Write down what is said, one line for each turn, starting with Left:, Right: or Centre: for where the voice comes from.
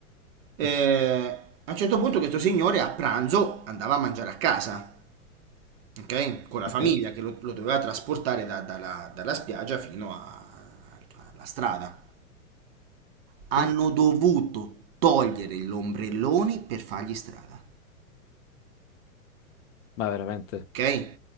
Right: Eh,
Left: <laughs>
Right: a un certo punto questo signore a pranzo andava a mangiare a casa, ok? Con la
Left: Ok.
Right: famiglia che lo, lo doveva trasportare da- dalla, dalla spiaggia fino a- alla strada. Hanno
Left: Sì,
Right: dovuto togliere gli ombrelloni per fargli strada,
Left: ma veramente,
Right: ok?